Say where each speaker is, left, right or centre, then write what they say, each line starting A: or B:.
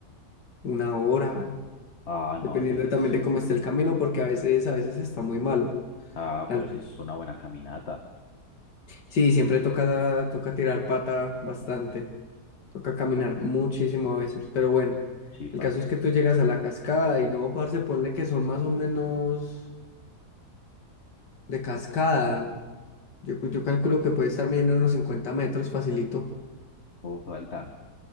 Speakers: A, on the left; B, on the left.
A: una hora,
B: Ah, no,
A: Dependiendo
B: entonces.
A: también de cómo esté el camino, porque a veces, a veces está muy malo.
B: Ah,
A: Ante-
B: pero sí es una buena caminata.
A: Sí, siempre toca, toca tirar pata bastante, toca caminar muchísimo a veces, pero bueno,
B: Sí, parce.
A: el caso es que tú llegas a la cascada y no, parce, ponle que son más o menos de cascada. Yo, pues, yo calculo que puede estar midiendo unos 50 metros, facilito.
B: Uf, falta.